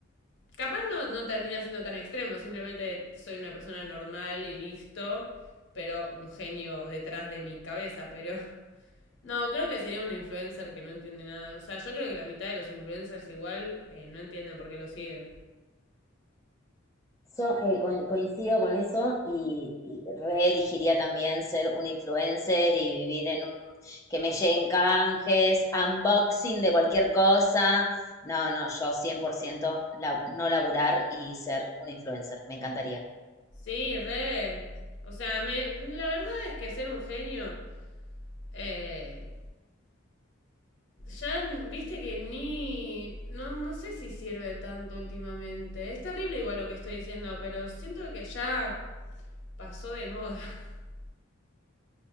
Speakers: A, on the left; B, on the left.
A: capaz no, no termina siendo tan extremo, simplemente soy una persona normal y listo, pero un genio detrás de mi cabeza, pero... <laughs> No, creo que sería una influencer que no entiende nada. O sea, yo creo que la mitad de los influencers igual eh, no entienden por qué lo siguen.
B: So, eh, co- coincido con eso y, y reelegiría también ser un influencer y vivir en un... que me lleguen canjes, unboxing de cualquier cosa. No, no, yo 100% la- no laburar y ser un influencer. Me encantaría.
A: Sí, re. O sea, me, la verdad es que ser un genio eh, Ya viste que ni. No, no sé si sirve tanto últimamente. Es terrible igual lo que estoy diciendo, pero siento que ya pasó de moda. <laughs>